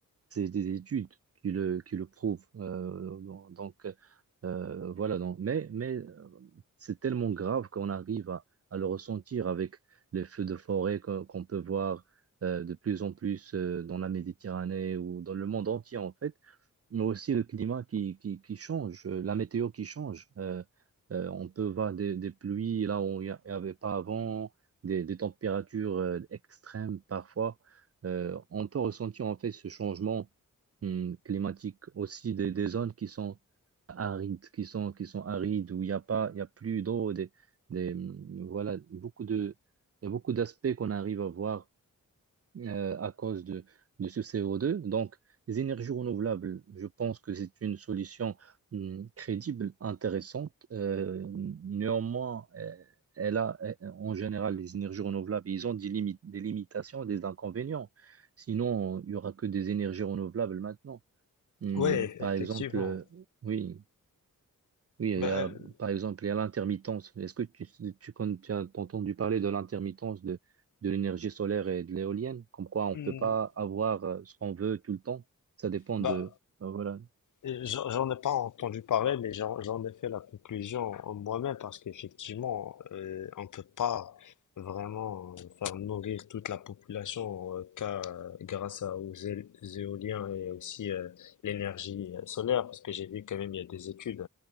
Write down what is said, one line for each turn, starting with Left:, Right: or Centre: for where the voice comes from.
Right: c'est des études qui le, qui le prouvent. Euh, donc, euh, voilà. Donc, mais, mais c'est tellement grave qu'on arrive à, à le ressentir avec les feux de forêt qu'on qu'on peut voir euh, de plus en plus euh, dans la Méditerranée ou dans le monde entier en fait, mais aussi le climat qui, qui, qui change, euh, la météo qui change. Euh, euh, on peut voir des, des pluies là où il n'y avait pas avant, des, des températures euh, extrêmes parfois. Euh, on peut ressentir en fait ce changement hum, climatique aussi des, des zones qui sont arides, qui sont, qui sont arides, où il n'y a pas, il y a plus d'eau, des, des, voilà, beaucoup de, il y a beaucoup d'aspects qu'on arrive à voir euh, à cause de, de ce CO2. Donc, les énergies renouvelables, je pense que c'est une solution hum, crédible, intéressante. Euh, néanmoins, euh, elle a, euh, en général, les énergies renouvelables, ils ont des limites, des limitations, des inconvénients. Sinon, il n'y aura que des énergies renouvelables maintenant. Hum,
Left: Ouais,
Right: par
Left: effectivement.
Right: exemple, euh, oui, oui, il
Left: Bah,
Right: y a,
Left: euh,
Right: par exemple, il y a l'intermittence. Est-ce que tu, tu, con- tu as entendu parler de l'intermittence de, de l'énergie solaire et de l'éolienne? Comme quoi, on ne
Left: hmm,
Right: peut pas avoir euh, ce qu'on veut tout le temps. Ça dépend
Left: bah,
Right: de, euh, voilà.
Left: J'en j'en ai pas entendu parler, mais j'en j'en ai fait la conclusion moi-même parce qu'effectivement, euh, on peut pas vraiment euh, faire nourrir toute la population euh, qu'à- grâce à- aux é- éoliens et aussi euh, l'énergie euh, solaire, parce que j'ai vu quand même il y a des études.